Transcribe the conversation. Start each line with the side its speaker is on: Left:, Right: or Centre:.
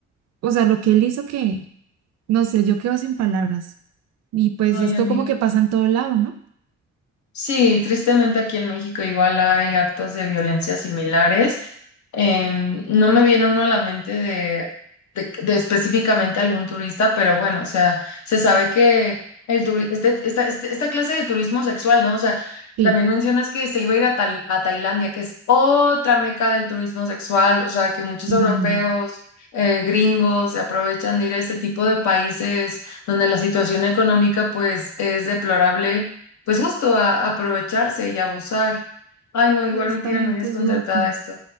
Right: O sea, lo que él hizo que, no sé, yo quedo sin palabras. Y pues
Left: ay,
Right: esto
Left: amiga.
Right: como que pasa en todo lado, ¿no?
Left: Sí, tristemente aquí en México igual hay actos de violencia similares. Em, no me viene uno a la mente de, de- de específicamente algún turista, pero bueno, o sea, se sabe que el turi- este- esta, este- esta clase de turismo sexual, ¿no? O sea,
Right: Sí,
Left: también mencionas que se iba a ir a, Tai- a Tailandia, que es otra meca del turismo sexual, o sea, que muchos
Right: imagínate.
Left: europeos, eh, gringos, se aprovechan de ir a este tipo de países donde la situación económica pues es deplorable pues justo a, a aprovecharse y abusar. Ay, no, igual
Right: Esta
Left: me tiene
Right: gente
Left: muy desconcertada
Right: es loca.
Left: esto.